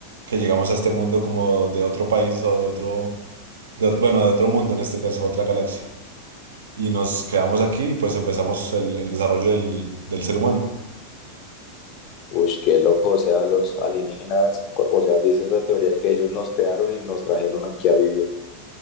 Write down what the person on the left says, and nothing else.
Uy, qué loco, o sea, los alienígenas, cu- o sea, dice esa teoría que ellos nos crearon y nos trajeron aquí a vivir.